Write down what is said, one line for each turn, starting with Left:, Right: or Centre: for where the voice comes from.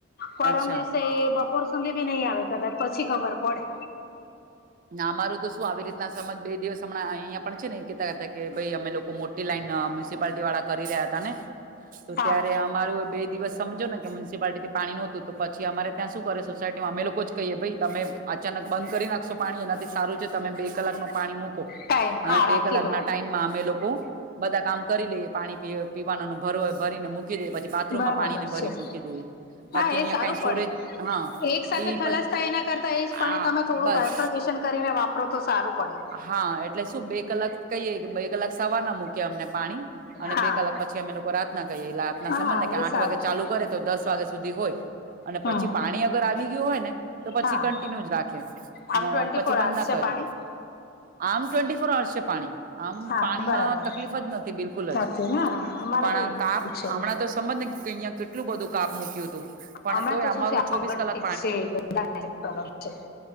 Left: પરમ
Right: અચ્છા
Left: દિવસે બપોર સુધી ભી નહી આવે કદાચ પછી ખબર પડે.
Right: ના અમારું તો શું આવી રીતના સમજ બે દિવસ હમણાં અહિયાં પણ છે ને એ કેતા કરતા કે ભાઈ અમે લોકો મો લન મ્યુનિસિપાલટી વાળા કરી રહ્યા હતા ને તો
Left: હા
Right: ત્યારે અમારું બે દિવસ સમજોને કે મ્યુનિસિપાલિટીથી પાણી નોતું તો પછી અમા ત્યાં શું કરે સોસાયટીમાં અમે લોકો જ કહીએ ભાઈ તમે અચાનક બંધ કરી નાખશો. પાણી એનાથી સારું છે તમે બે કલાક ન પાણી મૂકો
Left: ટાઈમ
Right: અને
Left: હા
Right: બે
Left: રાખી
Right: કલાક ના
Left: દો
Right: ટાઈમમાં અમે લોકો બધા કામ કરી લઈએ પાણી પીએ પીવા ભરો ભરીને મૂકી દે પછી બાથરૂમમાં
Left: બરાબર
Right: પાણીને ભરી
Left: છે
Right: મૂકી દે બાકી
Left: હા
Right: અહીિયાયા
Left: એ સારું
Right: કઈ સોરેજ.
Left: પડે
Right: હા
Left: એક સાથે
Right: એઈ
Left: ખલાસ
Right: પ
Left: થાય એના કરતા એજ પાણી
Right: આ
Left: તમે થોડું
Right: બસ.
Left: બાયફર્ગેશન કરીને વાપરો તો સારું પડે.
Right: હા એટલે શું બે કલાક કહીએ કે બે કલાક સવાર ના મૂકે અમને પા. પા અને
Left: હા
Right: બે કલાક પછી અમે લોકો રા્થના કરીએ એલેના
Left: હા
Right: સમજ ને કે
Left: એ
Right: આઠ
Left: સારું
Right: વાગે
Left: છે
Right: ચાલુ કરે તો દસ વાગે. સુધી હોય અને
Left: હમ
Right: પછી પાણી અગર આવી ગયું હોય ને તો પછી
Left: હા
Right: કન્ટિન્યુ જ રાખે.
Left: આમ ટ્વેન્ટી
Right: પછી
Left: ફોર અવર્સ
Right: બંધ ના
Left: છે
Right: કરે
Left: પાણી
Right: આમ. ટ્વેન્ટી ફોર અર્સ છે પાણી આમ
Left: હા
Right: પાણીમાં
Left: બરાબર
Right: તકલીફ જ નથી બિલકુલ જ
Left: નથી ને અમારે
Right: પણ
Left: બી એવું
Right: કા આપ
Left: છે.
Right: હમણાં તો સમજને અહિયાં કેટલું બધું કાપ મૂક્યું હતું. પણ
Left: અમે
Right: તોય
Left: તો શું
Right: અમારું
Left: છે
Right: ચોવીસ
Left: આગળથી
Right: કલાક
Left: <unintelligible> છે.